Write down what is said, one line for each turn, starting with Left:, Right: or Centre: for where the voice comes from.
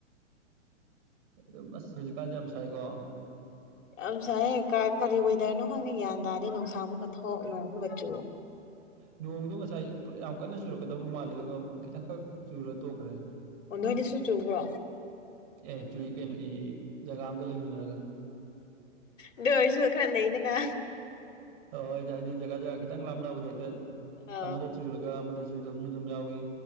Right: ꯑꯗꯨ ꯑꯁ ꯍꯧꯖꯤꯛꯀꯥꯟꯁꯦ ꯌꯥꯝ ꯁꯥꯏꯀꯣ
Left: ꯌꯥꯝ ꯁꯥꯏꯌꯦ ꯀꯥꯏ ꯀꯔꯤ ꯋꯦꯗꯔꯅꯣ ꯈꯪꯗꯦ ꯒ꯭ꯌꯥꯟ ꯇꯥꯗꯦ ꯅꯨꯡꯁꯥꯡ ꯑꯃꯨꯛꯀ ꯊꯣꯛ ꯅꯣꯡ ꯑꯃꯛꯀ ꯆꯨ
Right: ꯅꯣꯡꯗꯨ ꯉꯁꯥꯏ <unintelligible> ꯌꯥꯝ ꯀꯟꯅ ꯆꯨꯔꯛꯀꯗꯕ ꯃꯥꯜꯂꯦ ꯑꯗꯨꯒ ꯈꯤꯇꯪꯈꯛ ꯆꯨꯔ ꯇꯣꯛꯈ꯭ꯔꯦ
Left: ꯑꯣ ꯅꯣꯏꯗꯁꯨ ꯆꯨꯕ꯭ꯔꯣ
Right: ꯑꯦ ꯆꯨꯏ ꯀꯩꯅꯣ ꯏ ꯖꯒꯥ ꯑꯝꯇ ꯂꯩꯃꯤꯟꯅꯔꯒ
Left: ꯑꯗꯨꯑꯣꯏꯁꯨ ꯈꯦꯠꯅꯩꯗꯅ
Right: <unintelligible> ꯖꯒꯥ ꯖꯒꯥ ꯈꯤꯇꯪ ꯂꯥꯞꯅꯕꯗ ꯍꯦꯛꯇ
Left: ꯑꯥ
Right: ꯑꯃꯗ ꯆꯨꯔꯒ ꯑꯃꯗ ꯆꯨꯗꯕꯁꯨ ꯑꯗꯨꯝ ꯌꯥꯎꯏ